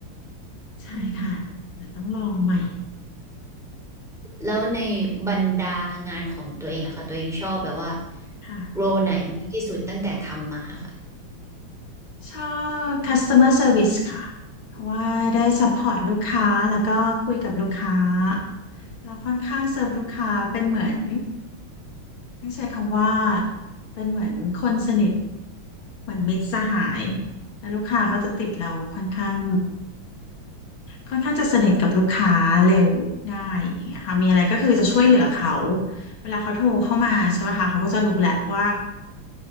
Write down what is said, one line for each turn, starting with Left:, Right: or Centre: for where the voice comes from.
Left: ใช่ค่ะเดี๋ยวต้องลองใหม่
Centre: อืม แล้วในบรรดางานของตัวเองอะค่ะตัวเองชอบแบบว่า
Left: ค่ะ
Centre: โรไหนมากที่สุดตั้งแต่ทำมาค่ะ
Left: ชอบ customer service ค่ะเพราะว่าได้ support ลูกค้าแล้วก็คุยกับลูกค้าเราค่อนข้างเซิร์ฟลูกค้าเป็นเหมือนต้องใช้คำว่าเป็นเหมือนคนสนิทเหมือนมิตรสหายแล้วลูกค้าก็จะติดเราค่อนข้างค่อนข้างจะสนิทกับลูกค้าเร็วง่ายอย่างเงี้ยค่ะมีอะไรก็คือจะช่วยเหลือเขาเวลาเขาโทรเข้ามาใช่ไหมคะเขาก็จะรู้แหละว่า